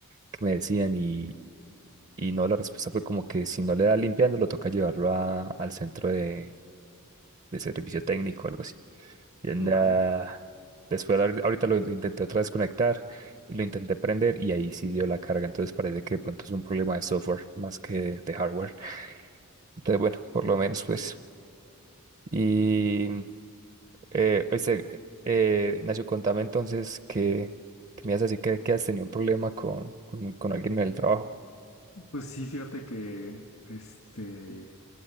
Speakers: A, on the right; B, on the left.
A: qué me decían. Y, y no, la respuesta fue como que si no le da limpiando, lo toca llevarlo a- al centro de, de servicio técnico o algo así. Y nada
B: Ok.
A: Después ahor- ahorita lo intenté otra vez conectar y lo intenté prender y ahí sí dio la carga. Entonces parece que de pronto es un problema de software más que de hardware. Entonces, bueno, por lo menos pues. Y eh, oíste, eh, Ignacio, contame entonces que, que me has así que, que has tenido un problema con, con, con alguien en el trabajo.
B: Pues sí, fíjate que este